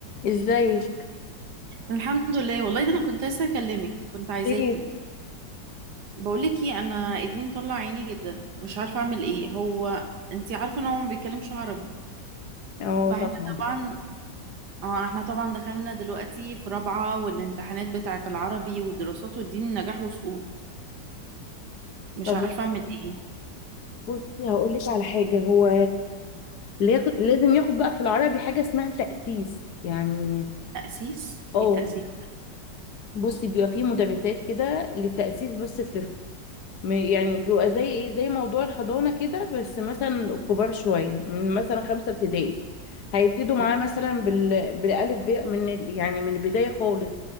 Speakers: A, on the left; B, on the right.
A: ازيك
B: الحمد لله والله ده انا كنت لسه اكلمك كنت عايزاكي
A: خير
B: بقولك ايه انا ابني مطلع عيني جدا مش عارفه اعمل ايه هو انتي عارفه ان هو ما بيتكلمش عربي
A: اه
B: فاحنا
A: طبعا
B: طبعا اه احنا طبعا دخلنا دلوقتي في رابعه والامتحانات بتاعه العربي والدراسات والدين نجاح وسقوط مش
A: طب
B: عارفه اعمل ايه
A: بصي هقول لك على حاجه هو لياخد- لازم ياخد بقى في العربي حاجه اسمها تأسيس يعني
B: تأسيس
A: اه
B: ايه تأسيس
A: بصي بيبقى فيه مدرسات كده للتأسيس بس الطفل م- يعني بيبقى زي ايه زي موضوع الحضانه كده بس مثلا كبار شويه من مثلا خمسه ابتدائي هيبتدوا
B: مم،
A: معاه مثلا بال... بالالف ب من ال- يعني من البدايه خالص